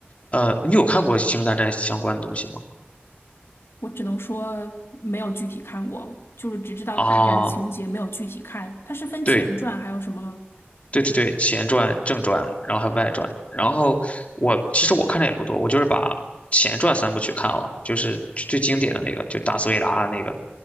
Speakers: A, on the left; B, on the left.
A: 呃，你有看过《星球大战》相关的东西吗？
B: 我只能说没有具体看过，就是只知道大概的情节，
A: 啊，
B: 没有具体看。它是分前传还有什么？
A: 对，对对对，前传、正传，然后还有外传。然后我其实我看的也不多，我就是把前传三部曲看了，就是最最经典的那个，就达斯维达那个